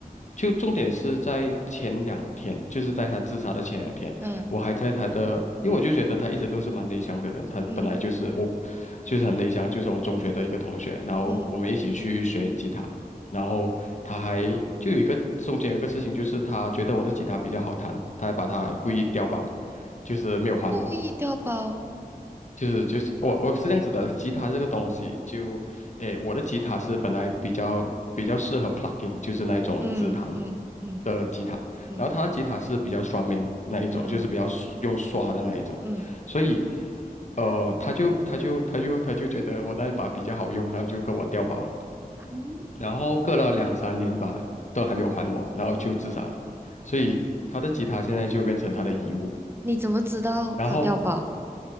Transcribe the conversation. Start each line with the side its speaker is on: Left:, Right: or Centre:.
Left: 就重点是在前两天，就是在他自杀的前两天，
Right: 嗯。
Left: 我还在他的，因为我就觉得他一直都是蛮内向的人，他本来就是我，
Right: 嗯
Left: 就是很内向，就是我中学的一个同学，然后我们一起去学吉他，
Right: 嗯。
Left: 然后他还就有一个中间有一个事情，就是他觉得我的吉他比较好弹，他还把它故意调包，就是没有还我。
Right: 故意掉包，
Left: 就是就是我我是这样子的，吉他这个东西就，诶，我的吉他是本来比较比较适合 plucking，就是那种指弹，
Right: 嗯嗯嗯
Left: 的吉他，
Right: 嗯
Left: 然后他的吉他是比较刷命那一种，
Right: 嗯
Left: 就是比较刷用刷的那一种，
Right: 嗯，
Left: 所以，呃，他就他就他就他就觉得我那一把比较好用，然后就跟我调包了，
Right: 啊
Left: 然后隔了两三年吧，都还没有还我，然后就自杀了，所以他的吉他现在就变成他的遗物，
Right: 你怎么知道他掉包？
Left: 然后。